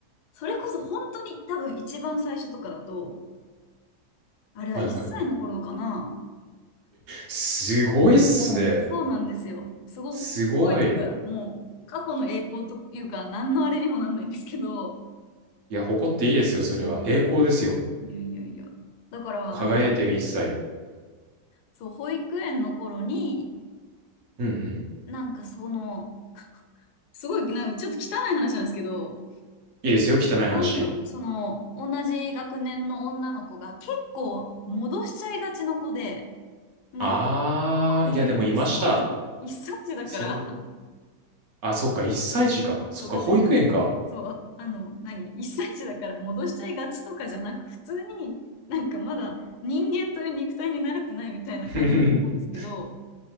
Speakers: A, on the left (about 85°); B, on the right (about 70°).
A: それこそ本当に多分一番最初とかだと、あれは1歳の頃かな。
B: はいはい。すごいっすね。
A: うんそうなんですよ。すご、
B: すごい。
A: すごいとか、もう過去の栄光というか、何のあれにもなんないんですけど、
B: いや、誇っていいですよ、それは。
A: いえいえいえ。
B: 栄光ですよ。
A: いやいやいや。だから、
B: 輝いてる一歳。
A: なんか、そう、保育園の頃に、
B: うんうん。い
A: なんかその、すごい、なんかちょっと汚い話なんですけど、
B: いですよ、汚い話。
A: なんだろう、その、同じ学年の女の子が結構戻しちゃいがちの子で、ま
B: あー、
A: あ、
B: いや、
A: ね、
B: でもいました。
A: 一歳児、一歳児だから、
B: そう。あ、そっか、一歳児か。
A: そうそう別に、
B: そっか、保育園か。
A: そう、あの、何、一歳児だから戻しちゃいがちとかじゃなく、普通になんかまだ人間という肉体に慣れてないみたいな感じだと思うんですけど、
B: <laughs>